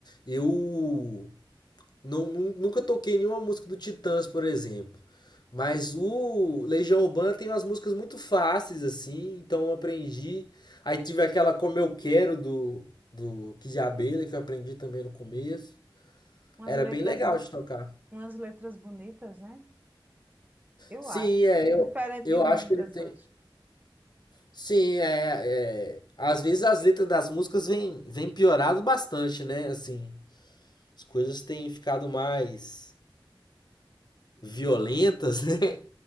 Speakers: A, on the left (about 55°); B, on the right (about 20°).
A: eu não, nu- nunca toquei nenhuma música do Titãs, por exemplo. Mas o Legião Urbana tem umas músicas muito fáceis, assim, então eu aprendi. Aí tive aquela Como Eu Quero do, do Kid Abelha, que eu aprendi também no começo.
B: umas
A: Era
B: letras,
A: bem legal
B: bo-
A: de tocar.
B: umas letras bonitas, né? Eu
A: Sim,
B: acho.
A: é,
B: Diferente
A: eu, eu
B: de muitas
A: acho que eles têm.
B: hoje.
A: Sim, é, é. Às vezes as letras das músicas vêm vêm piorado bastante, né? Assim. as coisas têm ficado mais violentas, <laughs> né?